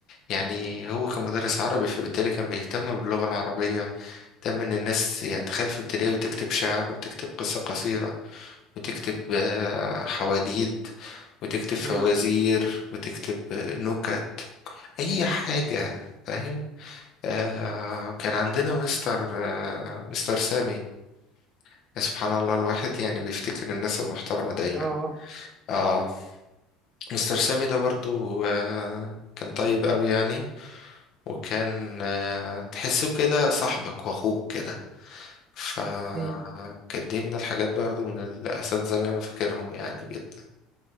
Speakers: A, on the left; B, on the right.
A: يعني هو كان مدرس عربي فبالتالي كان بيهتم باللغة العربية تم ان الناس يعني تخيل في ابتدائي وتكتب شعر وتكتب قصة قصيرة وتكتب آه، حواديت وتكتب فوازير
B: أيوه أيوه
A: وتكتب آه، نكت اي حاجة فاهم آه وكان عندنا مستر آه مستر سامي يا سبحان الله الواحد يعني بيفتكر الناس المحترمة دايما
B: أه
A: اه مستر سامي ده برضو آه كان طيب قوي يعني وكان آه، تحسه كده صاحبك واخوك كده فكانت
B: أمم.
A: دي من الحاجات برضو من الاساتذه اللي انا فاكرهم يعني جدا